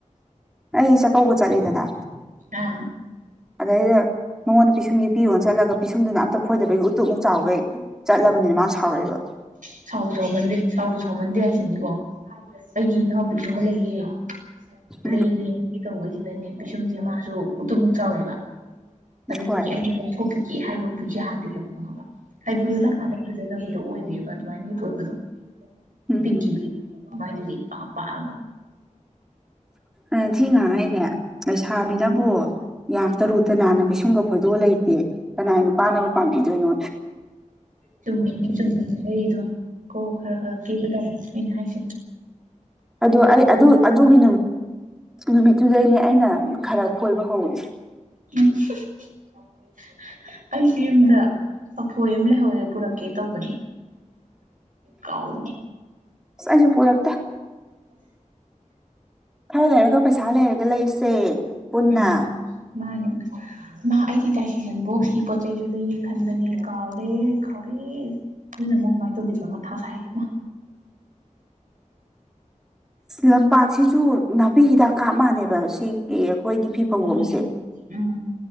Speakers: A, in the centre; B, on the right.
A: ꯑꯩ ꯆꯥꯛꯀꯧꯕ ꯆꯠꯂꯤꯗꯅ
B: ꯑꯥ
A: ꯑꯗꯩꯗ ꯃꯉꯣꯟꯗ ꯄꯤꯁꯨꯝꯁ ꯄꯤꯌꯣꯅ ꯆꯠꯂꯒ ꯄꯤꯁꯨꯝꯗꯨꯅ ꯑꯝꯇ ꯐꯣꯏꯗꯕꯒꯤ ꯎꯇꯨꯞꯃꯨꯛ ꯆꯥꯎꯈꯩ ꯆꯠꯂꯕꯅꯤꯅ ꯃꯥꯅ ꯁꯥꯎꯔꯛꯏꯕ
B: ꯁꯥꯎꯕ ꯁꯥꯎꯃꯟꯗꯦ ꯁꯥꯎꯕ ꯁꯥꯎꯃꯟꯗꯦ ꯍꯥꯏꯁꯤꯅꯤꯀꯣ ꯑꯩꯒꯤ ꯏꯅꯥꯎꯄꯤꯗꯤ ꯑꯃ ꯂꯩꯌꯦ
A: ꯎꯝ
B: ꯂꯩ ꯂꯦꯡ ꯇꯧꯕꯁꯤꯗꯅꯦ ꯄꯤꯁꯨꯝꯁꯦ ꯃꯥꯁꯨ ꯎꯇꯨꯝꯃꯨꯛ ꯆꯥꯎꯋꯦꯕ ꯑꯗꯨꯗꯒꯤ
A: ꯍꯣꯏ
B: ꯑꯩꯅꯣꯄꯤꯛꯀꯦ ꯍꯥꯏꯕꯕꯨ ꯌꯥꯗꯦꯕ ꯈꯣꯕ ꯍꯥꯏꯗꯤ ꯌꯣꯜꯂꯀꯥꯟꯗ ꯐꯖꯗꯕꯗꯣ ꯑꯣꯏꯕꯕ ꯑꯗꯨꯃꯥꯏꯅꯤ ꯇꯗꯣ
A: ꯎꯝ
B: ꯄꯤ ꯃꯥꯏꯗꯨꯨꯔꯤ ꯄꯒ
A: ꯑ ꯊꯤ ꯉꯥꯡꯉꯩꯅꯦ ꯑꯩ ꯁꯥꯥꯕꯤꯅꯕꯨ ꯌꯥꯝ ꯇꯔꯨ ꯇ ꯅꯥꯟꯅ ꯀꯩꯁꯨꯝꯒꯄ ꯗꯣ ꯂꯩꯇꯦ ꯀꯅꯥ ꯅꯨꯄꯥꯅꯕꯨ ꯄꯥꯝꯕꯤꯗꯣꯏꯅꯣ
B: ꯆꯨꯝꯃꯤꯅ ꯆꯨꯝꯃꯤ ꯍꯩꯗꯣ ꯀꯣ ꯈꯔ ꯈꯔ ꯀꯦꯕ ꯇꯥꯃꯦ ꯑꯩꯅ ꯍꯥꯏꯁꯦ
A: ꯑꯗꯣ ꯑꯩ ꯑꯗꯨ ꯑꯗꯨꯒꯤ ꯅꯨꯃꯤꯠꯇꯨꯗꯩꯅꯦ ꯑꯩꯅ ꯈꯔ ꯈꯣꯏꯕ ꯍ <unintelligible> <inaudible>
B: ꯎꯝ <unintelligible> <inaudible> ꯑꯩꯁꯨ ꯌꯨꯝꯗ ꯑꯐꯣꯏ ꯑꯃ ꯂꯩꯍꯧꯦ ꯄꯨꯔꯛꯀꯦ ꯇꯧꯕꯅꯦ ꯀꯥꯎꯗꯅꯤ <inaudible>
A: ꯑꯁ ꯑꯩꯁꯨ ꯄꯨꯔꯛꯇꯦ
B: ꯍꯝ <unintelligible> <inaudible>
A: ꯈꯔ ꯂꯩꯔꯒ ꯄꯩꯁꯥ ꯂꯩꯔꯒ ꯂꯩꯁꯦ ꯄꯨꯟꯅ
B: ꯎꯝ ꯃꯥꯅꯦ ꯑꯁ ꯃꯥ ꯑꯩꯗꯤ ꯗꯥꯏꯁꯤꯁꯟ ꯕꯣꯛꯁꯀꯤ ꯄꯣꯠ ꯆꯩꯁꯨ ꯂꯩꯒꯦ ꯈꯟꯕꯅꯦ ꯀꯥꯎꯔꯦ ꯀꯥꯎ ꯑꯦ ꯅꯅ ꯑꯃꯨꯛ ꯀꯃꯥꯏꯅ ꯇꯧꯗꯣꯏꯕ ꯑꯃ ꯊꯥꯁꯒꯦ ꯑꯃ
A: ꯂꯝꯄꯥꯛꯁꯤꯁꯨ ꯅꯥꯄꯤ ꯍꯤꯗꯥꯛ ꯀꯥꯞ ꯃꯥꯟꯅꯦꯕ ꯁꯤꯒꯤ ꯑꯩꯈꯣꯏꯒꯤ ꯐꯤ ꯐꯪꯒꯣꯝꯁꯦ
B: ꯎꯝ